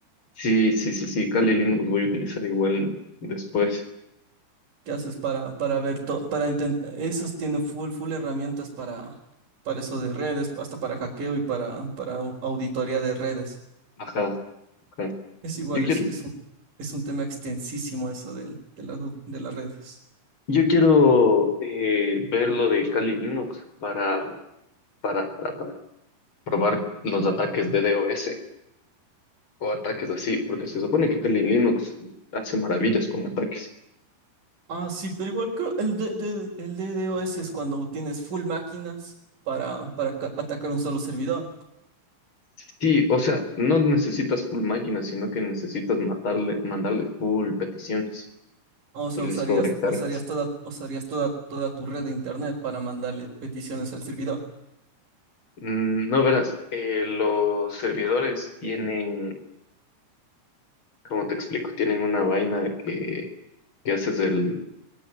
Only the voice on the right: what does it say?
que haces para, para ver todo, para intentar. Esos tienen full, full herramientas para, para eso de redes, hasta para hackeo y para, para au- auditoría de redes.
Es igual,
es, es un, es un tema extensísimo eso del- de, las de las redes.
Ah, sí, pero igual creo el, D- D- el DDoS es cuando tienes full máquinas para, para ca- atacar un solo servidor.
O sea,
usarías,
usarías toda, usarías toda, toda tu red de internet para mandarle peticiones al servidor.